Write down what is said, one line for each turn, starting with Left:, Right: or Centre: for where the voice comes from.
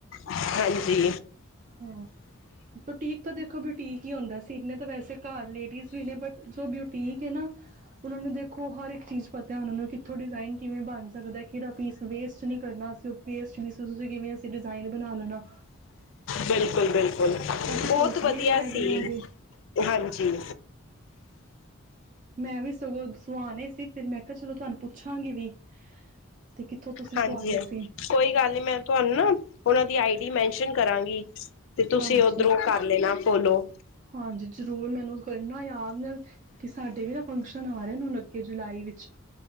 Left: ਹਾਂਜੀ।
Right: ਹਾਂ ਬੁਟੀਕ ਤਾਂ ਦੇਖੋ ਬੁਟੀਕ ਹੀ ਹੁੰਦਾ ਸੀਨੇ ਤਾਂ ਵੈਸੇ ਘਰ ਲੇਡੀਜ਼ ਵੀ ਨੇ ਬਟ ਜੋ ਬੁਟੀਕ ਏ ਨਾ ਉਹਨਾ ਨੂੰ ਦੇਖੋ ਹਰ ਇੱਕ ਚੀਜ਼ ਪਤਾ ਉਹਨਾਂ ਨੂੰ ਕਿੱਥੋਂ ਡਿਜ਼ਾਇਨ ਕਿਵੇਂ ਬਣ ਸਕਦਾ, ਕਿਹੜਾ ਪੀਸ ਵੇਸਟ ਨੀ ਕਰਨਾ ਅਸੀਂ, ਉਹ ਵੇਸਟ ਵੀ ਤੁਸੀਂ ਕਿਵੇਂ ਅਸੀਂ ਡਿਜ਼ਾਇਨ ਬਣਾ ਲੈਣਾ।
Left: ਬਿਲਕੁਲ-ਬਿਲ
Right: ਅਸੀਂ ਸੋਚਦੇ
Left: ਬਹੁਤ ਵਧੀਆ
Right: ਹੀ ਰਹਿ ਜਾਵਾਂਗੇ।
Left: ਸੀ। ਹਾਂਜੀ।
Right: ਮੈਂ ਵੀ ਸਗੋਂ ਸੁਆਣੇ ਸੀ ਫਿਰ ਮੈਂ ਕਿਹਾ ਚਲੋ ਤੁਹਾਨੂੰ ਪੁੱਛਾਂਗੀ ਵੀ। ਤੇ ਕਿੱਥੋਂ ਤੁਸੀਂ
Left: ਹਾਂਜੀ-ਹਾਂਜੀ
Right: ਸਵਾਏ ਸੀ
Left: ਕੋਈ ਗੱਲ ਨਹੀਂ ਮੈਂ ਤੁਹਾਨੂੰ ਨਾ ਉਹਨਾਂ ਦੀ ਆਈ ਡੀ ਮੈਨਸ਼ਨ ਕਰਾਂਗੀ। <inaudible> ਤੇ ਤੁਸੀਂ
Right: ਹਾਂਜੀ।
Left: ਉਧਰੋਂ ਕਰ ਲੈਣਾ ਫੋਲੋ।
Right: ਹਾਂਜੀ ਜਰੂਰ ਮੈਨੂੰ ਕਰਨਾ ਯਾਦ ਨਾਲ ਕਿ ਸਾਡੇ ਵੀ ਨਾ ਫੰਕਸ਼ਨ ਆ ਰਹੇ ਅਗੇ ਜੁਲਾਈ ਵਿੱਚ।